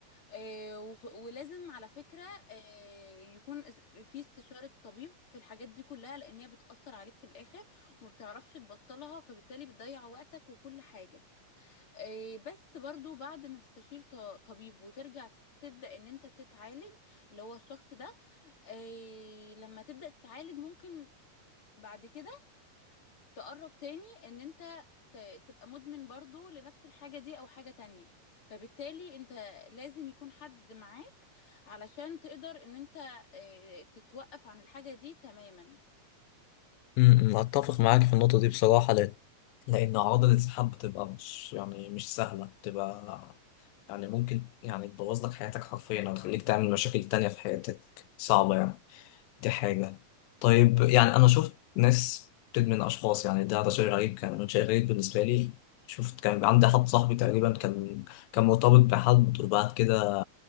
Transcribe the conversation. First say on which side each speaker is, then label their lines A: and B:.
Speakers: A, on the left; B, on the left.
A: آه، وخ- ولازم على فكرة آه، يكون اس- في استشارة طبيب في الحاجات دي كلها لأن هي بتأثر عليك في الآخر وما بتعرفش تبطلها فبالتالي بتضيع وقتك وكل حاجة آه، بس برضو بعد ما تستشير ط- طبيب وترجع تبدأ ان انت تتعالج اللي هو الشخص ده آه، لما تبدأ تتعالج ممكن بعد كده تقرب تاني ان انت ت- تبقى مدمن برضو لنفس الحاجة دي او حاجة تانية فبالتالي انت لازم يكون حد معاك علشان تقدر ان انت آه، تتوقف عن الحاجة دي تماما
B: امم اتفق معاك في النقطه دي بصراحه لان لان اعراض الانسحاب بتبقى مش يعني مش سهله بتبقى يعني ممكن يعني تبوظ لك حياتك حرفيا او تخليك تعمل مشاكل تانية في حياتك صعبه يعني دي حاجه طيب يعني انا شفت ناس بتدمن اشخاص يعني ده ده شيء غريب كان شيء غريب بالنسبه لي شفت كان عندي حد صاحبي تقريبا كان كان مرتبط بحد وبعد كده